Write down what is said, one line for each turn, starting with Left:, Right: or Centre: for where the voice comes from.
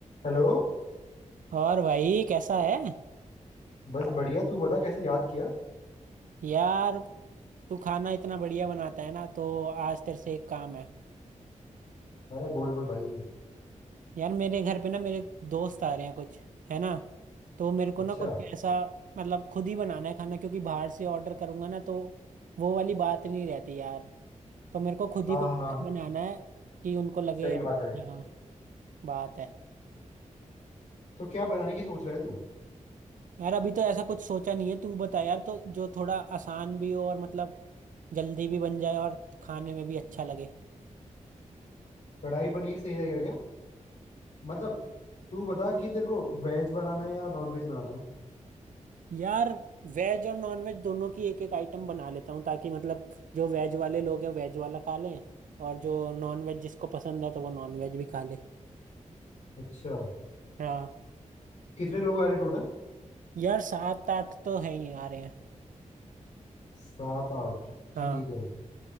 Left: हेलो
Right: और भाई कैसा है
Left: बस बढ़िया तू बता कैसे याद किया
Right: यार तू खाना इतना बढ़िया बनाता है ना तो आज तेरे से एक काम है
Left: अरे बोल बोल भाई
Right: यार मेरे घर पे ना मेरे दोस्त आ रहे हैं कुछ है ना तो मेरे को
Left: अच्छा
Right: ना कुछ ऐसा मतलब खुद ही बनाना है खाना क्योंकि बाहर से ऑर्डर करूंगा ना तो वो वाली बात नहीं रहती यार तो मेरे को खुद
Left: हाँ
Right: ही कुछ
Left: हाँ हाँ
Right: ऐसा बनाना है कि उनको लगे
Left: सही
Right: यार
Left: बात है
Right: यहाँ बात है
Left: तो क्या बनाने की सोच रहा है तू
Right: यार अभी तो ऐसा कुछ सोचा नहीं है तू बता यार तो जो थोड़ा आसान भी हो और मतलब जल्दी भी बन जाए और खाने में भी अच्छा लगे
Left: कढ़ाई पनीर सही रहेगा क्या मतलब तू बता कि तेरे को वेज बनाना है या नॉन वेज बनाना है
Right: यार वेज और नॉन वेज दोनों की एक एक आइटम बना लेता हूँ ताकि मतलब जो वेज वाले लोग हैं वेज वाला खा लें और जो नॉन वेज जिसको पसंद है तो वो नॉन वेज भी खा ले
Left: अच्छा
Right: हाँ
Left: कितने लोग आ रहे टोटल
Right: यार सात आठ तो है ही आ रहे हैं
Left: सात आठ ठीक
Right: हाँ
Left: है